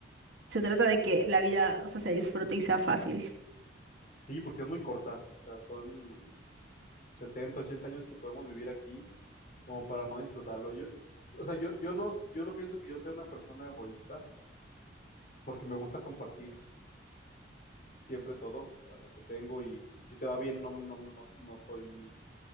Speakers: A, on the right; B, on the left.
A: Se trata de que la vida, o sea, se disfrute y sea fácil.
B: Sí, porque es muy corta. O sea, son 70 80 años que podemos vivir aquí, como para no disfrutarlo. Yo, o sea, yo, yo no, yo no pienso que yo sea una persona egoísta, porque me gusta compartir siempre todo, o sea, lo que tengo, y, y si te va bien, no, no, no, no soy